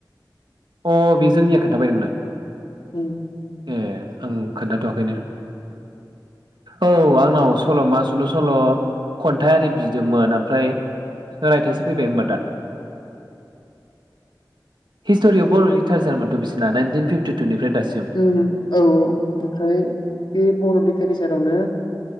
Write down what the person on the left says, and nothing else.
उम
ओम औ ओमफ्राय बे बर' लिटारेसारावनो